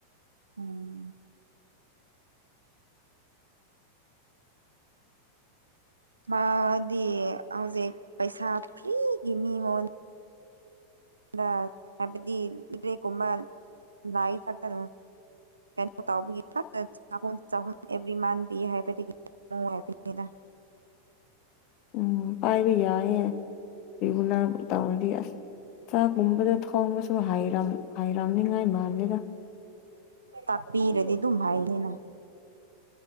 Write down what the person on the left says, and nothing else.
ꯎꯝ ꯄꯥꯏꯕꯤ ꯌꯥꯏꯑꯦ UNINTELLIGIBLE ꯇꯧꯔꯗꯤ ꯑꯁ ꯆꯥꯛꯒꯨꯝꯕꯗ ꯊꯣꯡꯕꯁꯨ ꯍꯥꯏꯔꯝ ꯍꯥꯏꯔꯝꯅꯤꯉꯥꯏ ꯃꯥꯟꯗꯦꯗ